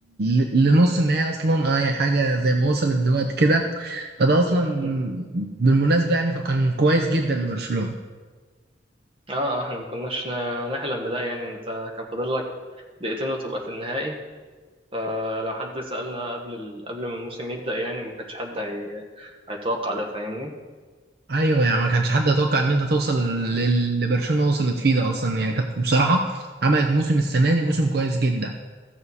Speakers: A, on the right; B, on the right.
A: ل- لنص النهائي اصلا اي حاجه زي ما وصلت دلوقتي كده فده اصلا
B: مم.
A: بالمناسبه يعني فكان كويس جدا لبرشلونه
B: اه آه، احنا ما كناش ن- نحلم بده يعني انت كان فاضل لك دقيقتين وتبقى في النهائي فلو حد سألنا قبل ال... قبل ما الموسم يبدأ يعني ما كانش حد هي... هيتوقع ده فاهمني
A: ايوه يعني ما كانش حد يتوقع ان انت توصل للي برشلونه وصلت فيه ده اصلا هي كانت بصراحه عملت موسم السنه دي موسم كويس جدا